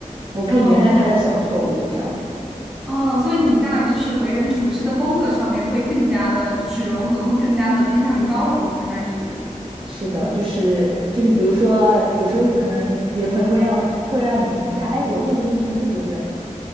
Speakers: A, on the right (about 40°); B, in the centre.
A: 我可以原谅他的小错误这样子。
B: 哦哦，所以你在就是为人处事的风格上面会更加的，就是柔和，会更加的偏向于包容其他人一点。
A: 是的，就是就是比如说有时候可能你的朋友会让会让你评价，哎，我做这件事情对不对？